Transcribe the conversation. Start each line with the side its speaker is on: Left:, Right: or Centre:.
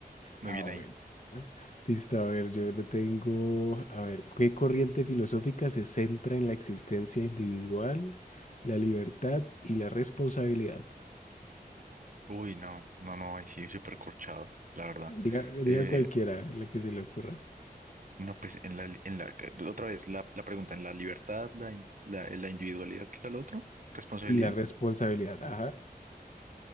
Right: Muy
Left: Ah,
Right: bien
Left: bueno.
Right: ahí.
Left: ¿no? Listo, a ver, yo lo tengo. A ver, ¿qué corriente filosófica se centra en la existencia individual, la libertad y la responsabilidad?
Right: Uy, no, no, no, ahí sí, súper corchado, la verdad.
Left: Diga,
Right: Eh,
Left: diga cualquiera la que se le ocurra.
Right: No, pues en la, en la, otra vez, la, la pregunta, ¿en la libertad, la, in- la, la individualidad, qué era lo otro? ¿Responsabilidad?
Left: Y la responsabilidad, ajá.